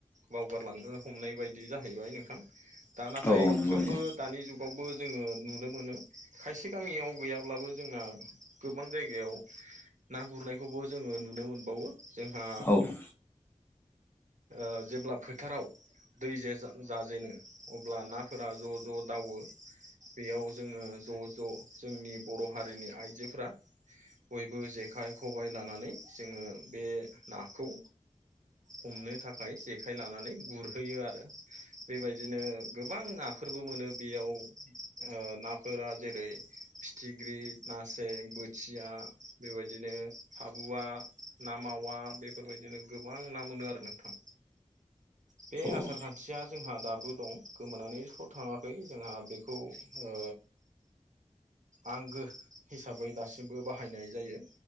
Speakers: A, on the right; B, on the left.
A: बावगारलांनो हमनाय बायदि जाहै बाय नोंथां दा नाथाय
B: औ औ नंगौ
A: थेवबो
B: नंगौ
A: दानि जुग आवबो जोङो नुनो मोनो खायसे गामियाव गैयाब्लाबो जोंना गोबां जायगायाव ना गुरनायखौबो जोङो नुनो मोनबावो जोंहा
B: औ औ औ
A: ओ जेब्ला फोथाराव दै जे जाजेनो अब्ला नाफोरा ज' ज' दावो बेयाव जोङो ज' ज' जोंनि बर' हारिनि आइजोफ्रा बयबो जेखाइ खबाय लानानै जोङो बे नाखौ हमनो थाखाय जेखाइ लानानै गुरहैयो आरो बेबायदिनो गोबां ना फोरबो मोनो बेयाव ओ नाफोरा जेरै फिथिख्रि नास्रें बोथिया बेबायदिनो हाबुआ ना मा वा बेफोरबायदिनो गोबां ना मोनो आरो नोंथां बे
B: औ
A: आसार
B: औ
A: खान्थिया जोंहा दाबो दं गोमानानैस' थाङाखै जोंहा बेखौ ओ आंगो हिसाबै दासिमबो बाहायनाय जायो